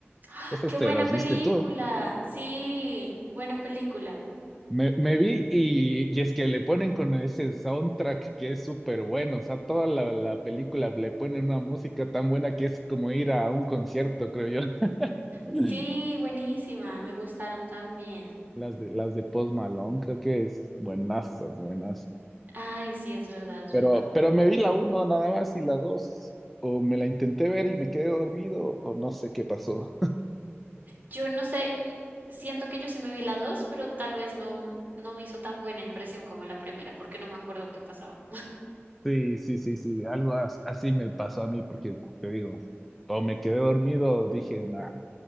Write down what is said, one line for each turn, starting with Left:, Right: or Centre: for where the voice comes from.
Right: ¡Ah!
Centre: ¿Esos
Right: ¡Qué buena
Centre: te los
Right: película!
Centre: viste tú?
Right: Sí, buena película.
Centre: Me, me vi y, y es que le ponen con ese soundtrack que es súper bueno, o sea, toda la, la película le ponen una música tan buena que es como ir a un concierto, creo yo. <laughs>
Right: Sí, buenísima. Me gustaron también.
Centre: Las de, las de Post Malone, creo que es buenazas, buenas.
Right: Ay, sí, es verdad, es
Centre: Pero,
Right: verdad.
Centre: pero me vi la uno nada más y la dos, o me la intenté ver y me quedé dormido, o no sé qué pasó.
Right: Yo no sé, siento que yo sí me vi la dos, pero tal vez no, no me hizo tan buena impresión como la primera, porque no me acuerdo qué pasaba.
Centre: Sí, sí, sí, sí, algo as- así me pasó a mí porque te digo, o me quedé dormido, dije, nah,